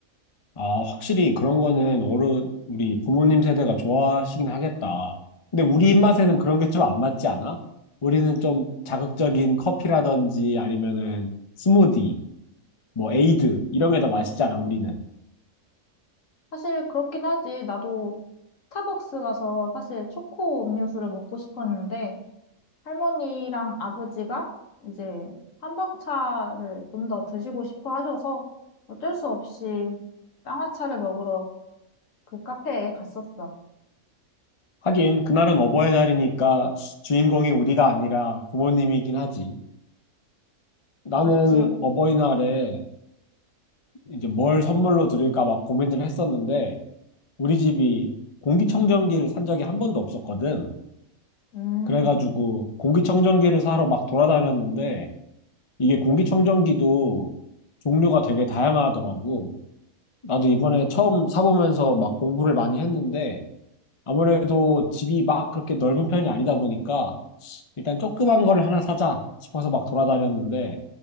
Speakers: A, on the left; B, on the left.
A: 아, 확실히 그런 거는 어른, 우리 부모님 세대가 좋아하시긴 하겠다. 근데 우리 입맛에는 그런 게 좀 안 맞지 않아? 우리는 좀 자극적인 커피라든지 아니면은 스무디, 뭐 에이드, 이런 게 더 맛있잖아, 우리는.
B: 사실 그렇긴 하지. 나도 스타벅스 가서 사실 초코 음료수를 먹고 싶었는데 할머니랑 아버지가 이제 한방차를 좀 더 드시고 싶어 하셔서 어쩔 수 없이 쌍화차를 먹으러 그 카페에 갔었어.
A: 하긴, 그날은 어버이날이니까 주인공이 우리가 아니라 부모님이긴 하지. 나는
B: 맞지?
A: 어버이날에 이제 뭘 선물로 드릴까 막 고민을 했었는데, 우리 집이 공기청정기를 산 적이 한 번도 없었거든.
B: 음,
A: 그래가지고 공기청정기를 사러 막 돌아다녔는데 이게 공기청정기도 종류가 되게 다양하더라고. 나도 이번에 처음 사보면서 막 공부를 많이 했는데 아무래도 집이 막 그렇게 넓은 편이 아니다 보니까 일단 조그만 거를 하나 사자 싶어서 막 돌아다녔는데